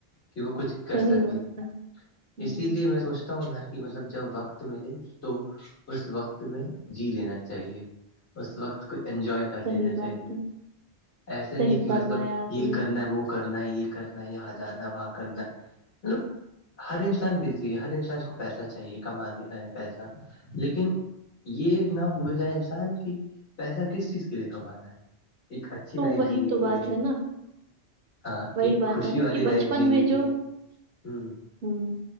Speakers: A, on the left; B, on the right.
A: کہ وہ کچھ کر
B: صحیح
A: سکے
B: بات کہا ہوں
A: اسی لیے میں سوچتا نہ کہ مطلب جب وقت ملے تو اس وقت میں جی لینا چاہیے اس وقت کو انجوائے کر
B: صحیح
A: لینا چاہی
B: بات
A: چاہیے
B: ہے،
A: ایسا
B: صحیح
A: نہیں کہ
B: فرمایا
A: مطلب
B: آپ
A: یہ
B: نے،
A: کرنا وہ کرنا ہے یہ کرنا ہے یہاں جانا وہاں کرنا ہے مطلب ہر انسان بزی ہے ہر انسان کو پیسہ چاہیے کمانے میں پیسہ لیکن یہ نہ بھول جائے انسان کی پیسہ کس چیز کے لیے کمانا ہے ایک اچھی
B: تو
A: لائف
B: وہی
A: جینے
B: تو
A: کے
B: بات
A: لیے
B: ہے نا،
A: ہاں
B: وہی
A: ایک
B: بات
A: خوشی
B: ہے نا
A: والی
B: کہ
A: لائف
B: بچپن
A: جینے
B: میں
A: کی
B: جو
A: ہوں
B: ہوں